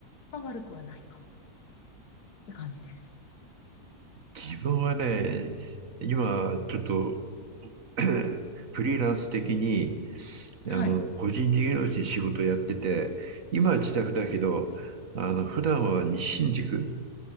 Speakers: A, on the left; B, on the right.
A: まあ、悪くはないかもって感じです。
B: 自分はね、今、ちょっと <clears throat> フリーランス的に、あの、
A: はい。
B: 個人事業主に仕事をやってて、今は自宅だけど、あの、普段は西新宿